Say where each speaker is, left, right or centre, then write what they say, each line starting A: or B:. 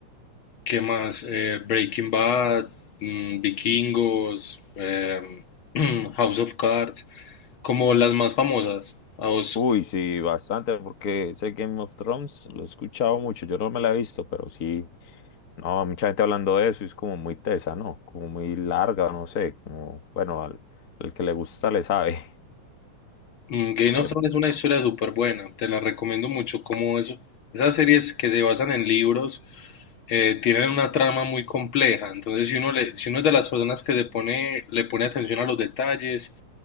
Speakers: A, on the left; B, on the left.
A: ¿Qué más? Eh, Breaking Bad, mm, Vikingos, em, <clears throat> House of Cards, como las más famosas. A vos,
B: Uy, sí, bastante, porque ese Game of Thrones lo he escuchado mucho, yo no me la he visto, pero sí, no, mucha gente hablando de eso, y es como muy tesa, ¿no? Como muy larga, no sé, como, bueno, al, al que le gusta le sabe,
A: mm, Game
B: <laughs> ¿cierto?
A: of Thrones es una historia súper buena, te la recomiendo mucho. Como eso, esas series que se basan en libros eh, tienen una trama muy compleja. Entonces, si uno, le- si uno es de las personas que le pone, le pone atención a los detalles,